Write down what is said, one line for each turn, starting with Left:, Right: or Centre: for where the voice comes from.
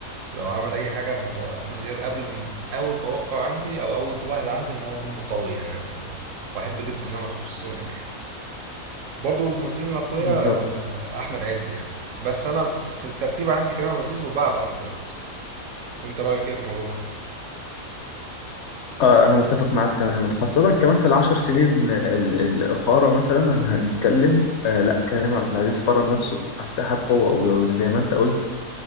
Right: لو عمل اي حاجة انا متوقع من غير قبل من اول توقع عندي او اول انطباع يبقى عندي ان هو فيلم قوي يعني أنا- واحب جدا ان انا اخش السينما يعني برضو الممثلين الاقوياء
Left: بالظبط
Right: آه، احمد عز يعني بس انا في في الترتيب عندي كريم عبد العزيز وبعده احمد عز انت رايك ايه في الموضوع ده
Left: آه أنا متفق معاك تماما خاصة كمان في العشر سنين ال- الأخرى مثلا هنتكلم آه لا كريم عبد العزيز فرض نفسه على الساحة بقوة وزي ما أنت قلت